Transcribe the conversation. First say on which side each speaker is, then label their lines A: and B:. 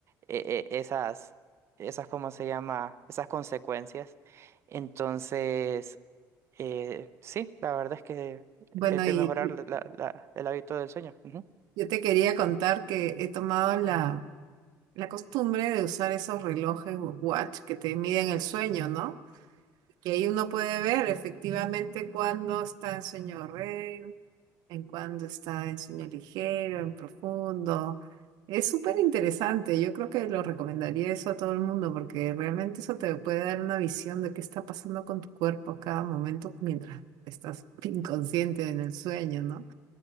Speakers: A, on the right; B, on the right.
A: eh, eh, esas, esas, ¿cómo se llama? Esas consecuencias. Entonces, eh, sí, la verdad es que
B: Bueno,
A: es de
B: y,
A: mejorar
B: y
A: la- la- la- el hábito del sueño. Ujú.
B: yo te quería contar que he tomado la, la costumbre de usar esos relojes wa- watch que te miden el sueño, ¿no? Que ahí uno puede ver efectivamente cuándo está en sueño REM, en cuando está en sueño ligero, en profundo. Es súper interesante, yo creo que lo recomendaría eso a todo el mundo porque realmente eso te puede dar una visión de qué está pasando con tu cuerpo a cada momento mientras estás <laughs> inconsciente en el sueño, ¿no?